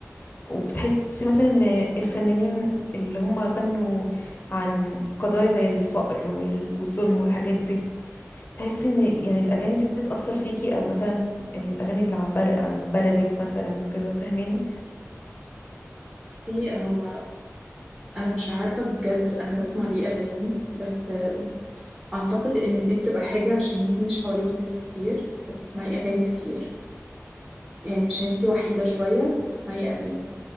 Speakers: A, on the left; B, on the right.
A: وبتحسي مثلا ان الفنانين اللي هم غنوا عن قضايا زي الفقر وال- والظلم والحاجات دي تحسي ان يعني الاغاني دي بتأثر فيكي او مثلا الاغاني اللي عن بلد عن بلدك مثلا وكده فاهماني
B: بصي هو انا مش عارفه بجد انا بسمع ليه اغاني بس آه، اعتقد ان دي بتبقى حاجه عشان انتي مش حواليكي ناس كتير فبتسمعي اغاني كتير يعني عشان انتي وحيدة شوية فبتسمعي أغاني